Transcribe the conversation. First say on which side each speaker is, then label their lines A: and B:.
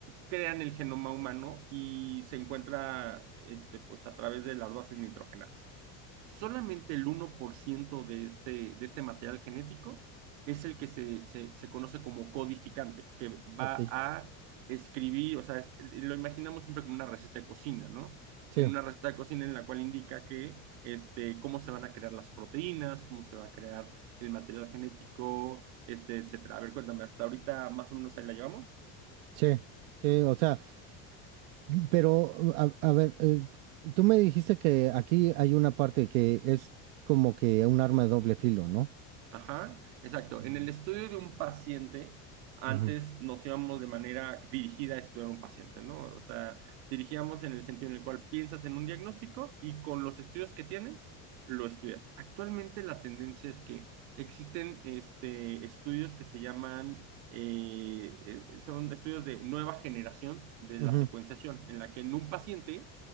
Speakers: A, on the right; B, on the right.
A: crean el genoma humano y se encuentra este, pues, a través de las bases nitrogenadas. Solamente el uno por ciento de este, de este material genético es el que se, se, se conoce como codificante, que
B: Ok.
A: va a escribir, o sea, es- lo imaginamos siempre como una receta de cocina, ¿no?
B: Sí,
A: En una receta de cocina en la cual indica que, este, cómo se van a crear las proteínas, cómo se va a crear el material genético, este, etcétera. A ver, cuéntame, hasta ahorita más o menos ahí la llevamos.
B: sí, sí. O sea, pero a, a ver, eh, tú me dijiste que aquí hay una parte que es como que un arma de doble filo, ¿no?
A: Ajá, exacto.
B: Mm.
A: En el estudio de un paciente, antes
B: Ujú,
A: nos íbamos de manera dirigida a estudiar a un paciente, ¿no? O sea, dirigíamos en el sentido en el cual piensas en un diagnóstico y con los estudios que tienes, lo estudias. Actualmente la tendencia es que existen este, estudios que se llaman, eh, eh, son estudios de nueva generación de
B: ujú.
A: la secuenciación, en la que en un paciente,